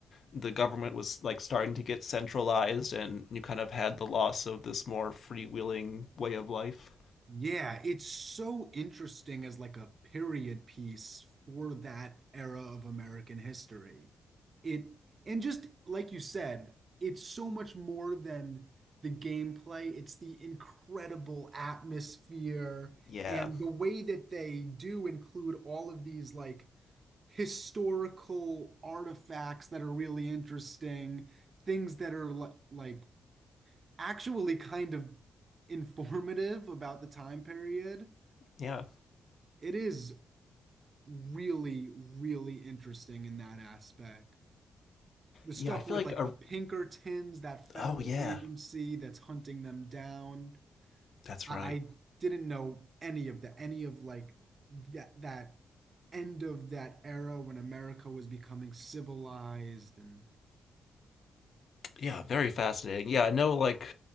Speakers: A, on the left; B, on the right.
A: the government was like starting to get centralized, and you kind of had the loss of this more freewheeling way of life.
B: Yeah, it's so interesting as like a period piece for that era of American history. It and just like you said, it's so much more than the gameplay. It's the incredible atmosphere
A: Yeah,
B: and the way that they do include all of these like historical artifacts that are really interesting, things that are li- like actually kind of informative about the time period.
A: yeah,
B: It is really, really interesting in that aspect. The stuff
A: yeah. I feel
B: with
A: like
B: like
A: a,
B: the Pinkertons, that federal
A: oh yeah,
B: agency that's hunting them down.
A: That's
B: I,
A: right.
B: I didn't know any of the any of like that that end of that era when America was becoming civilized and
A: Yeah, very fascinating. Yeah, I know like